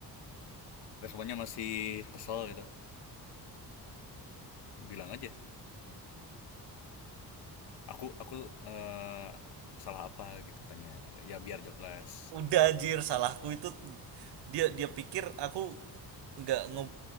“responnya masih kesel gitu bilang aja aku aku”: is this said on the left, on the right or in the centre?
Left